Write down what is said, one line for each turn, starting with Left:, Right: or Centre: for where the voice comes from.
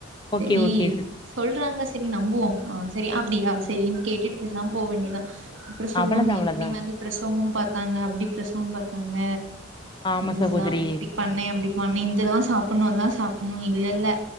Left: ஓகே
Right: செரி
Left: ஓகே சிஸ்
Right: சொல்றாங்க செரி நம்புவோ ஆ செரி அப்டியா செரின்னு கேட்டுட்டு பேசாம போக வேண்டியதா அப்பறொ சொல்லுவாங்க
Left: அவ்வளதா அவ்வளதா
Right: இப்டி வந்து பிரசவொ பாத்தாங்க அப்டி பிரசவொ பாத்தாங்க
Left: ஆமா
Right: அதுவு
Left: சகோதரி
Right: இல்லாம இப்டி பண்ணே அப்டி பண்ணே இந்ததா சாப்புட்ணு அதா சாப்புட்ணு இல்ல இல்ல